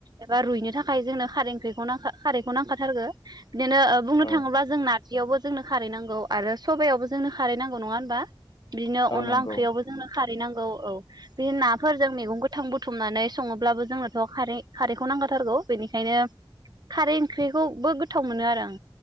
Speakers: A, on the right (about 45°); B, on the left (about 55°).
A: एबा रुइनो थाखाय जोंनो खारै ओंख्रिखौ नांखा खारैखौ नांखाथारगो बिदिनो ओ बुंनो
B: औ
A: थांङोब्ला जोंना बेयावबो जोंनो खारै नां खौ आरो सबायावबो जोंनो खारैनांगौ नङा होमबा बिदिनो
B: औ
A: अनला
B: नंगौ
A: ओंख्रियावबो जोंनो खारै नां औ औ बे नाफोरजों मैगं गोथां बुथुमनानै सङोब्लाबो जोंनोथ खारै खारैखौ नांखा थारगौ बेनिखायनो खारै ओंख्रिखौबो गोथाव मोनो आरो आं